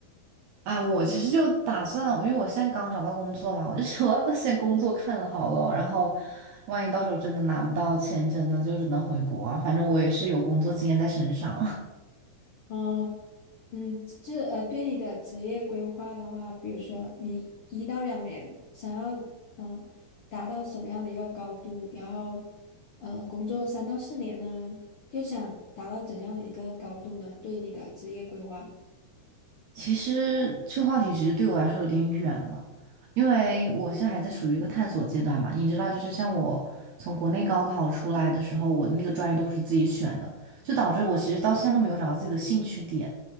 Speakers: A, on the right (about 80°); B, on the left (about 80°).
A: 哎，我其实就打算，因为我现在刚找到工作嘛，我就说那先工作看了好了，然后万一到时候真的拿不到签证呢，就只能回国啊，反正我也是有工作经验在身上。
B: 嗯、嗯，就是呃，对你的职业规划的话，比如说你一到两年想要嗯达到什么样的一个高度，然后呃工作三到四年呢，又想达到怎样的一个高度呢？对你的职业规划，
A: 其实这个话题其实对我来说有点远了，因为我现在还在属于一个探索阶段嘛。你知道，就是像我从国内高考出来的时候，我那个专业都不是自己选的，就导致我其实到现在都没有找到自己的兴趣点。